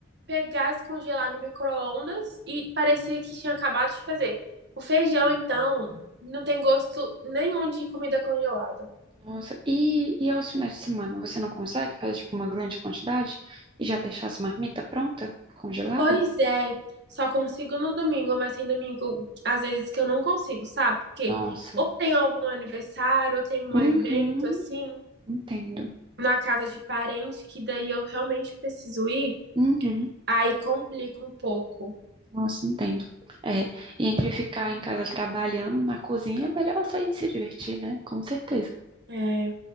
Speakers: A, on the right; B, on the right.
A: pegar, descongelar no micro-ondas e parecia que tinha acabado de fazer. O feijão, então, não tem gosto nenhum de comida congelada.
B: Nossa, e, e aos finais de semana, você não consegue fazer, tipo, uma grande quantidade e já deixar as marmitas pronta, congelada?
A: Pois é, só consigo no domingo, mas tem domingo, às vezes que eu não consigo, sabe? Porque
B: Nossa.
A: ou tem algum aniversário, ou tem um
B: Uhum,
A: evento assim,
B: entendo.
A: na casa de parente, que daí eu realmente preciso ir,
B: Uhum.
A: aí complica um pouco.
B: Nossa, entendo. É, e entre ficar em casa trabalhando na cozinha, é melhor sair e se divertir, né? Com certeza.
A: É.